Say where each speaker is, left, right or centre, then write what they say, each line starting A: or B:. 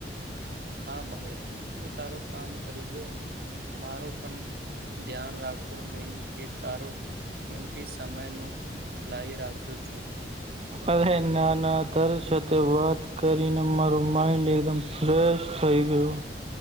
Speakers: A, on the right (about 60°); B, on the right (about 35°).
A: હા ભાઈ તું તારો કામ કરી લે. મારો પણ ધ્યાન રાખો નઈ કે તારો કેમથી સમય નું લાઈ રાખ્યો છું.
B: અરે નાના તારી સાથે વાત કરીને મારું માઈન્ડ એકદમ ફ્રેશ થઈ ગયયો